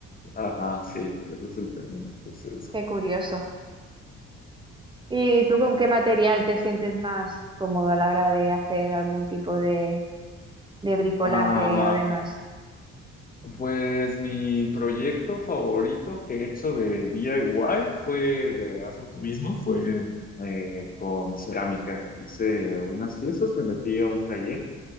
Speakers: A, on the left (about 30°); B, on the right (about 15°).
A: Ajá, sí, ese es el término que se usa.
B: Qué curioso. ¿Y tú con qué material te sientes más cómodo a la hora de hacer algún tipo de, de bricolaje
A: Ah,
B: o demás?
A: pues mi proyecto favorito que he hecho de DIY fue de hazlo tú mismo, fue eh, con cerámica. Hice unas piezas, me metí a un taller